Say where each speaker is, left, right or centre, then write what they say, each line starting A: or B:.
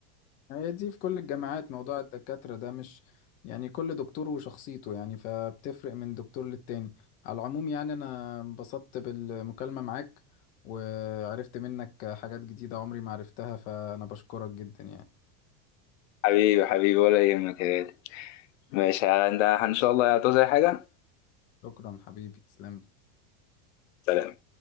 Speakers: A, on the left (about 20°); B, on the left (about 60°).
A: يعني هي دي في كل الجامعات موضوع الدكاترة ده مش يعني كل دكتور وشخصيته يعني فبتفرق من دكتور للتاني على العموم يعني أنا انبسطت بالمكالمة معاك وعرفت منك حاجات جديدة عمري ما عرفتها فأنا بشكرك جدا يعني
B: حبيبي حبيبي ولا يهمك يا غالي ماشي انت ان شاء الله هتعوز اي حاجه
A: شكرا حبيبي تسلم لي.
B: سلام